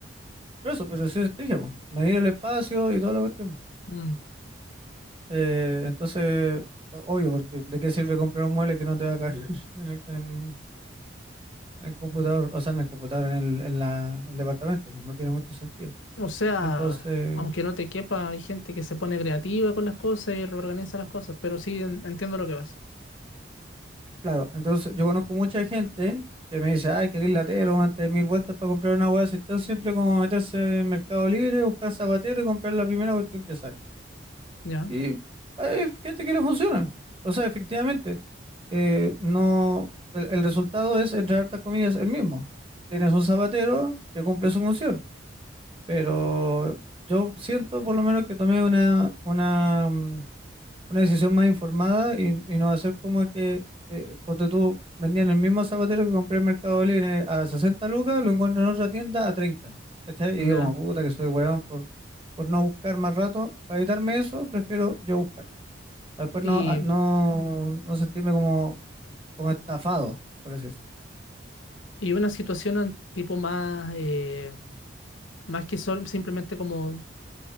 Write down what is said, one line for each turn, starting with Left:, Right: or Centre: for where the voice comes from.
Right: pero eso, pero sí, dije, po, medir el espacio y toda la cuestión.
Left: Mm.
Right: Eh, entonces, o- obvio, porque ¿de qué sirve comprar un mueble que no te va a caer <laughs> en el, en- en el computador, o sea, en el computador, en el, en la, el departamento? pues, no tiene mucho sentido.
Left: O sea,
Right: Entonces...
Left: aunque no te quepa, hay gente que se pone creativa con las cosas y reorganiza las cosas, pero sí en- entiendo lo que vas.
Right: Claro, entonces yo conozco mucha gente que me dice, ay, querés latero, antes de mil vueltas para comprar una hueá, si están siempre como meterse en Mercado Libre, buscar zapatero y comprar la primera cuestión que sale.
Left: Ya,
Right: Y ay, fíjate que le funciona. O sea, efectivamente, eh, no, el, el resultado es, entre hartas comillas, el mismo. Tienes un zapatero que cumple su función, pero yo siento por lo menos que tomé una, una, mm, una decisión más informada y, y no va a ser como que, eh, ponte tú, vendían el mismo zapatero que compré en Mercado Libre a 60 lucas, lo encuentro en otra tienda a 30, ¿cachai?
Left: ya.
Right: Y digo, como puta que soy weón por, por no buscar más rato, para evitarme eso, prefiero yo buscar, para después
Left: Y,
Right: no, a- no, no sentirme como, como estafado, por así decirlo.
Left: y una situación an- tipo más, eh, más que sol- simplemente como